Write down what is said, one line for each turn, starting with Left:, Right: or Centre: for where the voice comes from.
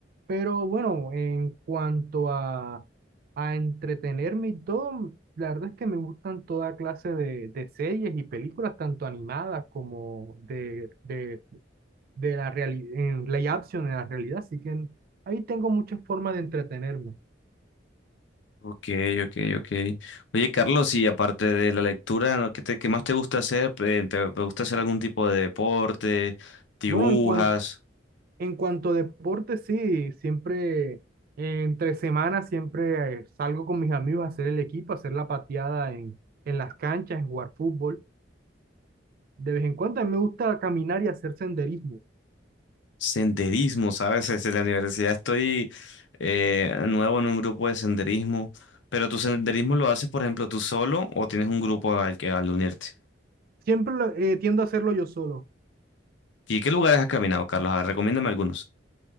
Right: Pero bueno, en cuanto a, a entretenerme y todo, la verdad es que me gustan toda clase de, de series y películas, tanto animadas como de, de de la realidad, en Play Action, en la realidad, así que ahí tengo muchas formas de entretenerme.
Left: Ok, ok, ok. Oye, Carlos, y aparte de la lectura, ¿no? ¿qué te- qué más te gusta hacer? Eh, ¿Te, te gusta hacer algún tipo de deporte? ¿Dibujas?
Right: Bueno, en, cuan- en cuanto a deporte, sí, siempre, eh, entre semanas, siempre eh, salgo con mis amigos a hacer el equipo, a hacer la pateada en, en las canchas, en jugar fútbol. De vez en cuando a mí me gusta caminar y hacer senderismo.
Left: Senderismo, ¿sabes? <laughs> Es- En la universidad estoy eh, nuevo en un grupo de senderismo. ¿Pero tu senderismo lo haces, por ejemplo, tú solo o tienes un grupo al que al unirte?
Right: Siempre lo- eh, tiendo a hacerlo yo solo.
Left: ¿Y qué lugares has caminado, Carlos? A ver, recomiéndame algunos.